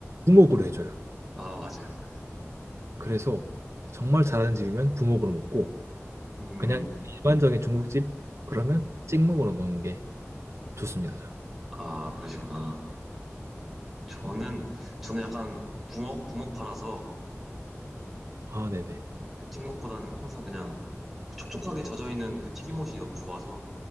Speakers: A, on the right; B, in the centre.
A: 부먹으로 해줘요.
B: 아, 맞아요, 맞아요.
A: 그래서 정말 잘하는 집이면 부먹으로 먹고
B: 음,
A: 그냥 일반적인 중국집 그러면 찍먹으로 먹는 게 좋습니다, 저는.
B: 아, 그러시구나. 저는, 저는 약간 부먹, 부먹 팔아서,
A: 아, 네네.
B: 네, 찍먹보다는 항상 그냥 그 촉촉하게 젖어있는 그 튀김옷이 너무 좋아서,